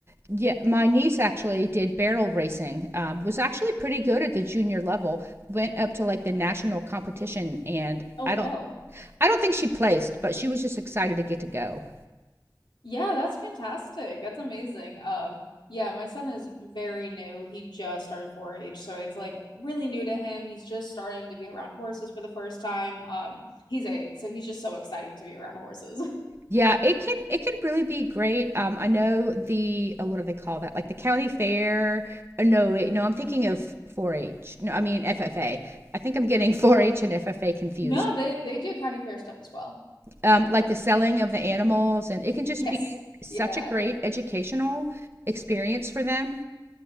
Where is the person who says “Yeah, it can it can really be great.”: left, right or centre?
Right